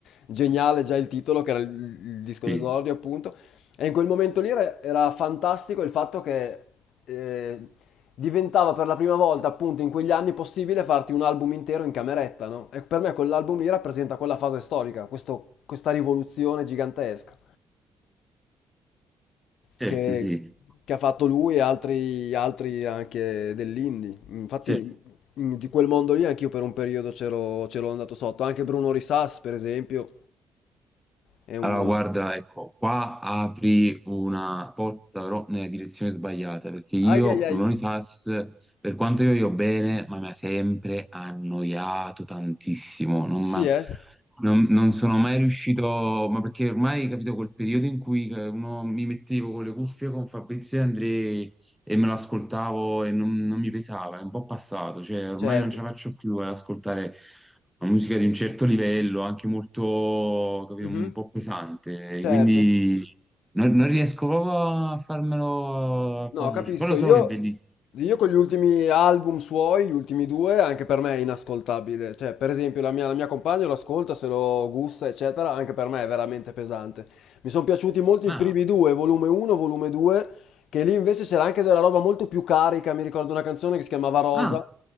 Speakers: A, on the left (about 70°); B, in the centre.
A: Geniale già il titolo, che era il, il disco
B: sì,
A: d'esordio appunto. E in quel momento lì era, era fantastico il fatto che eh, diventava per la prima volta appunto in quegli anni possibile farti un album intero in cameretta, no? E per me quell'album lì rappresenta quella fase storica, questo- questa rivoluzione gigantesca
B: certo,
A: che,
B: sì. sì.
A: che ha fatto lui e altri, altri anche dell'indie. Infatti
B: Sì.
A: mh, di quel mondo lì anch'io per un periodo c'ero c'ero andato sotto, anche Bruno Risas per esempio è un...
B: Allora, guarda, ecco, qua apri una porta però nella direzione sbagliata, perché io,
A: Ai ai
B: Brunoni
A: ai,
B: Sas, per quanto io io bene, ma mi ha sempre annoiato tantissimo, non,
A: sì
B: m'ha-
A: eh,
B: non- non sono mai riuscito, ma perché ormai, capito, quel periodo in cui eh, uno mi mettevo con le cuffie con Fabrizio e Andrei e me lo ascoltavo e non, non mi pesava, è un po' passato, cioè ormai
A: certo,
B: non ce la faccio più ad ascoltare una musica di un certo livello, anche molto, capito,
A: Mhm,
B: un po' pesante,
A: certo.
B: quindi non, non riesco proprio a farmelo, a
A: No,
B: farmelo,
A: capisco.
B: uscire. poi lo
A: Io,
B: so che è bellissimo.
A: io con gli ultimi album suoi, gli ultimi due, anche per me è inascoltabile. Cioè, per esempio, la mia, la mia compagna lo ascolta, se lo gusta, eccetera, anche per me è veramente pesante. Mi sono piaciuti molto
B: Ah,
A: i primi due, volume 1, volume 2, che lì invece c'era anche della roba molto più carica. Mi ricordo una canzone che si chiamava Rosa,
B: ah,